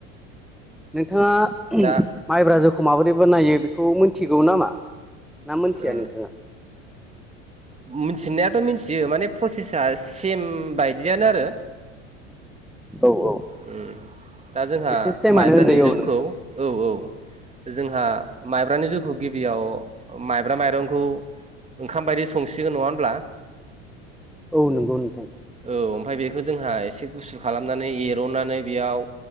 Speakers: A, in the centre; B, on the right.
A: नोंथाङा माइब्रा
B: दा
A: जोखौ माबोरैबो बनायो बेखौ मिथिगौ नामा? ना मोनथिया
B: ओ
A: नोंथाङा
B: मिथिनायाथ' मिन्थि बियो माने प्रसेसा सेम बायदियानो आरो।
A: औ औ
B: उम दा जोंहा
A: एसे सेमानो
B: माइब्रानि
A: होनजायो
B: जिउखौ
A: औ नोंथां
B: औ औ जोंहा माइब्रानि जौखौ गिबियाव माइब्रा माइरंखौ ओंखाम बायदि संसिगोन नङा होनब्ला?
A: औ नंगौ नोंथां
B: औ ओमफ्राय बेखौ जोंहा एसे गुसु खालामनानै एरननानै बेयाव